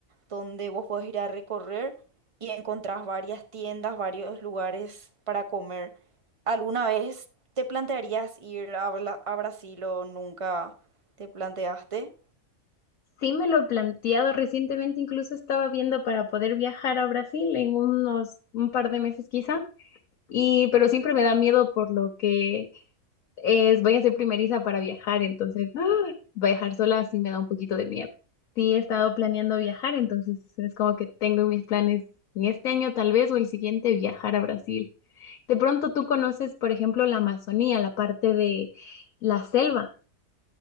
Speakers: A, on the right; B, on the left.
A: donde vos podés ir a recorrer y encontrás varias tiendas, varios lugares para comer. ¿Alguna vez te plantearías ir a, Bla- a Brasil o nunca te planteaste?
B: Sí me lo he planteado recientemente, incluso estaba viendo para poder viajar a Brasil en unos un par de meses quizá, y pero siempre me da miedo por lo que es, voy a ser primeriza para viajar, entonces ¡ah! viajar sola sí me da un poquito de miedo. Sí, he estado planeando viajar, entonces es como que tengo en mis planes en este año tal vez o el siguiente viajar a Brasil. De pronto tú conoces, por ejemplo, la Amazonía, la parte de la selva.